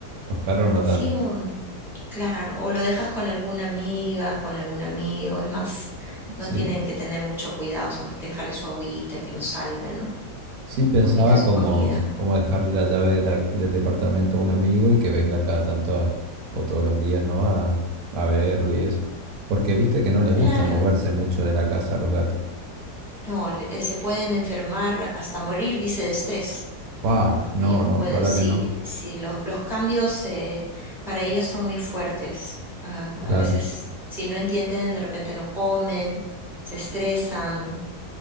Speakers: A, on the right (about 70°); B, in the centre.
A: Los perros no
B: Sí,
A: tanto.
B: o, mm, claro, o lo dejas con alguna amiga, con algún amigo, es más, no
A: Sí.
B: tienen que tener mucho cuidado, es más que dejarle su agüita, que no salga, ¿no?
A: Sí, pensaba
B: Su agüita, su
A: como,
B: comida.
A: como dejarle la llave de la- del departamento a un amigo y que venga cada tanto a- o todos los días, ¿no? A, a verlo y eso. Porque viste que no les gusta
B: Claro,
A: moverse mucho de la casa a los gatos.
B: no, le- eh, se pueden enfermar hasta morir, dice, de estrés.
A: Fa,
B: Ellos
A: no, no,
B: pueden,
A: ojalá
B: sí,
A: que no.
B: sí, lo- los cambios eh, para ellos son muy fuertes. Ah,
A: Claro,
B: a veces, si no entienden, de repente no comen, se estresan.